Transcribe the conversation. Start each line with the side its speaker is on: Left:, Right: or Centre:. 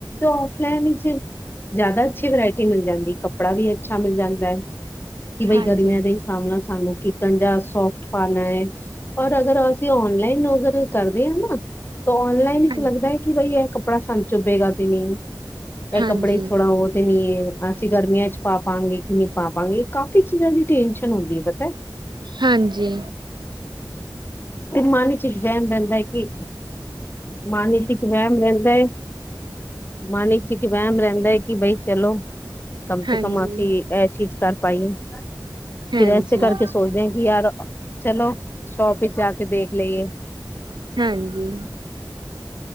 Left: ਔਫਲਾਈਨ ਹੀ ਸੀ ਜ਼ਿਆਦਾ ਅੱਛੀ ਵਰਾਇਟੀ ਮਿਲ ਜਾਂਦੀ ਏ। ਕੱਪੜਾ ਵੀ ਅੱਛਾ ਮਿਲ ਜਾਂਦਾ ਕਿ ਬਈ
Right: ਹਾਂਜੀ,
Left: ਗਰਮੀਆਂ ਦੇ ਸਾਹਮਣਾ ਸਾਨੂੰ ਕਿਕਨ ਜਾ ਸੋਫਟ ਪਾਣਾ ਐ। ਔਰ ਅਗਰ ਅਸੀਂ ਔਨਲਾਈਨ ਅਗਰ ਕਰਦੇ ਆ ਨਾ ਤਾਂ ਔਨਲਾਈਨ ਵਿਚ
Right: ਹਾਂਜੀ।
Left: ਲੱਗਦਾ ਐ ਕਿ ਬਈ ਕੱਪੜਾ ਸਾਨੂੰ ਚੁਭੇਗਾ ਤੇ ਨਹੀਂ
Right: ਹਾਂਜੀ,
Left: ਇਹ ਕੱਪੜੇ ਥੋੜਾ ਉਹ ਤੇ ਨੀ ਅਸੀਂ ਗਰਮੀਆਂ ਚ ਪਾਵਾਂਗੇ ਕਿ ਨਹੀਂ ਪਾਵਾਂਗੇ ਇਹ ਕਾਫ਼ੀ ਚੀਜ਼ਾਂ ਦੀ ਟੈਨਸ਼ਨ ਹੁੰਦੀ ਐ ਪਤਾ।
Right: ਹਾਂਜੀ,
Left: ਤੇ ਮਨ ਵਿੱਚ ਇੱਕ ਵਹਿਮ ਰਹਿੰਦਾ ਕਿ ਮਨ ਵਿੱਚ ਇੱਕ ਵਹਿਮ ਰਹਿੰਦਾ। ਮਾਨ ਵਿੱਚ ਇੱਕ ਵਹਿਮ ਰਹਿੰਦਾ ਕਿ ਬਈ ਚਲੋ ਕਮ
Right: ਹਾਂਜੀ,
Left: ਸੇ ਕਮ ਅਸੀਂ ਇਹ ਚੀਜ਼ ਕਰ ਪਾਈਏ ਫਿਰ
Right: ਹਾਂਜੀ।
Left: ਐਸੇ ਕਰਕੇ ਸੋਚਦੇ ਆ ਕਿ ਯਾਰ ਚਲੋ ਸ਼ੋਪ ਵਿੱਚ ਜਾ ਕੇ ਦੇਖ ਲਈਏ।
Right: ਹਾਂਜੀ,